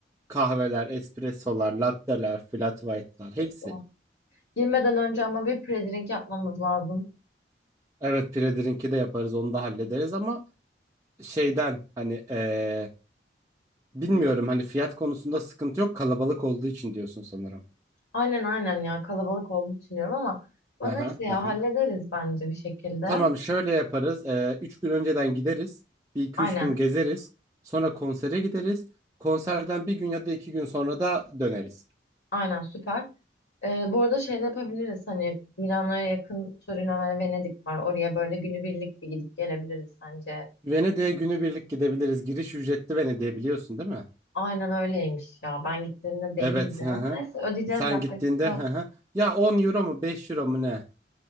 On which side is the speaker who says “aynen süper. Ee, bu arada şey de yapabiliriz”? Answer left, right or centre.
Left